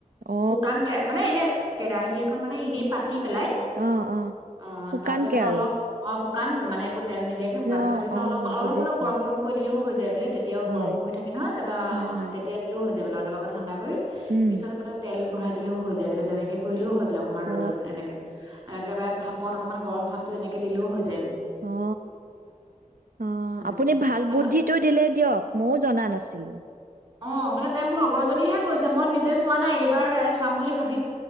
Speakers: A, on the right; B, on the right.
A: অ
B: শুকান কে মানে এনে কেৰাহী এখন মানে এনেই পাত দি পেলাই
A: অ অ
B: উমহ অ
A: শুকানকে
B: তাতে বোলে
A: আৰু
B: অলপ অস কান মানে একোট তেল নিদিয়াকে শুকানকে
A: যে, অ
B: পাতিলে বুলে
A: অ
B: অলপ অপ
A: বুজিছো
B: অলপ গৰম গৰম কৰি দিলেও হৈ য টেবলেট তেতিয়াও
A: হয়
B: গৰম হৈ থাকে না তাৰপৰা
A: হয়
B: অ
A: হয়
B: তেতিয়া দিলেও হয় যা দে বোলে অলপ আকো ঠাণ্ডাক পৰি
A: উম
B: পিছত বোলে তেল ভৰাই দিলেও হৈ যায় বোলে তেনেকে কৰিলেও হয় বোলে অকমান
A: অ
B: ৰ'দত এনেকে এ একেবাৰে ভাপ পৰত অকণমান গৰম ভাৱটো এনেকে দিলেও হৈ যা
A: অ অ
B: তেনেকে
A: আপুনি ভাল
B: তাৰপিছত
A: বুদ্ধিটো দিলে দিয়ক মইও জনা নাছিলো
B: অ মানে তাই মোৰ লগৰজনীয়েহে কৈছে মই নিজে চোৱা নাই এইবাৰ চাম বুলি ভাবিছো